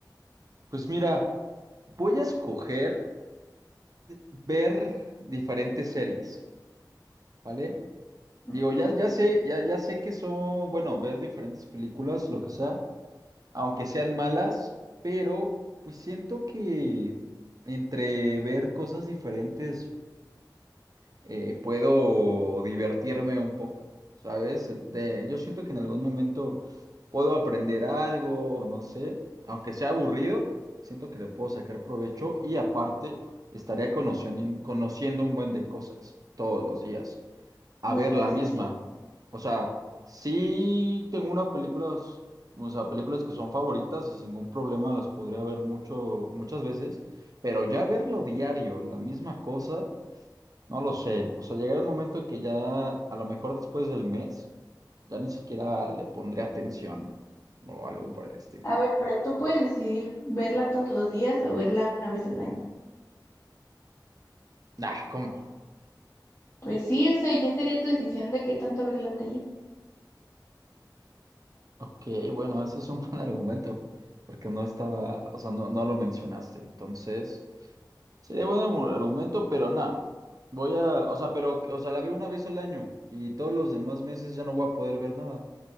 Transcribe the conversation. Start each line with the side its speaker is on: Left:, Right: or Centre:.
Right: pues mira, voy a escoger ver diferentes series, ¿vale?
Left: Ujú,
Right: Digo, ya, ya sé, ya, ya sé que son, bueno, ver diferentes películas, lo que sea, aunque sean malas, pero pues siento que entre ver cosas diferentes. eh, puedo divertirme un poco, ¿sabes? De, yo siento que en algún momento puedo aprender algo o no sé, aunque sea aburrido, siento que le puedo sacar provecho y aparte estaría conociendo, conociendo un buen de cosas todos los días. A
Left: Bueno,
Right: ver la
Left: eso
Right: misma.
Left: sí.
Right: O sea, sí tengo una película, o sea, películas que son favoritas y sin ningún problema las podría ver mucho, muchas veces, pero ya verlo diario, la misma cosa. No lo sé. O sea, llegará un momento en que ya, a lo mejor después del mes, ya ni siquiera le pondré atención o algo por el estilo.
Left: A ver, pero tú puedes decidir verla todos los días o verla una vez al año.
Right: Ah, ¿cómo?
Left: Pues sí, o sea, ya sería tu decisión de qué tanto ves la tele,
Right: Ok, bueno, ese es un <laughs> buen argumento, porque no estaba, o sea, no, no lo mencionaste. Entonces, sería buen argu- argumento, pero nada. Voy a, o sea, pero, o sea, la veo una vez al año y todos los demás meses ya no voy a poder ver nada.